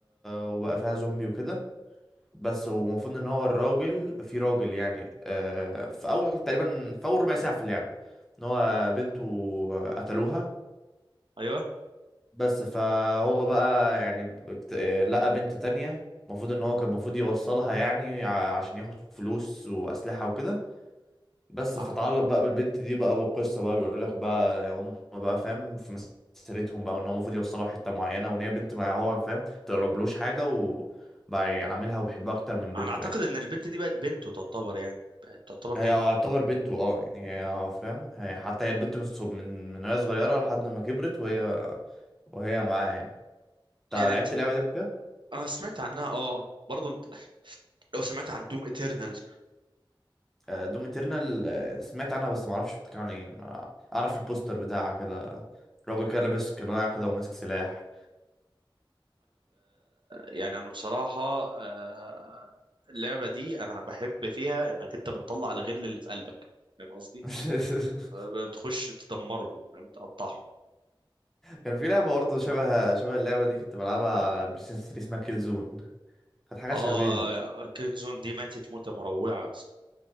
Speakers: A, in the centre; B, on the right.
A: وبقى فيها زومبي وكده بس ومفروض ان هو الراجل في راجل يعني آه، في اول تقريبا في اول ربع ساعة في اللعبة ان هو بنته قتلوها
B: ايوه
A: بس فهو بقى يعني بكت... آه، لقى بنت تانية المفروض ان هو كان المفروض يوصلها يعني ع- عشان ياخد فلوس واسلحة وكده بس
B: آه.
A: فتعلق بقى بالبنت دي بقى بالقصه بقى بيقول لك بقى هم بقى فاهم في مسيرتهم بقى ان هو المفروض يوصلها حته معينه وان هي بنت ما هو فاهم تقربلوش حاجه وبقى يعاملها وبيحبها اكتر من بنته
B: انا اعتقد
A: يعني
B: ان البنت دي بقت بنته تعتبر يعني بقت تعتبر
A: هي
B: بنته
A: يعتبر بنته اه يعني هي فاهم هي حتى هي البنت من صغ- من من وهي صغيره لحد ما كبرت وهي وهي معاه يعني انت
B: يعني
A: لعبت
B: انت
A: اللعبه دي بكده
B: انا سمعت عنها اه برضه لو سمعت عن دوم اترنال
A: آه، دوم اترنال آه، سمعت عنها بس ما اعرفش بتتكلم عن ايه أنا اعرف البوستر بتاعها كده راجل كده لابس قناع كده وماسك سلاح
B: يعني انا بصراحة آه، اللعبة دي انا بحب فيها انك انت بتطلع الغل اللي في قلبك فاهم قصدي
A: <laughs>
B: آه، بتخش تدمرهم فاهم تقطعهم
A: كان في لعبة برضه شبه شبه اللعبة دي كنت بلعبها على بلاي ستيشن 3 اسمها كيل زون كانت حاجة
B: اه
A: شبيهة برضه
B: كيل زون دي ماتت موتة مروعة يا اسطى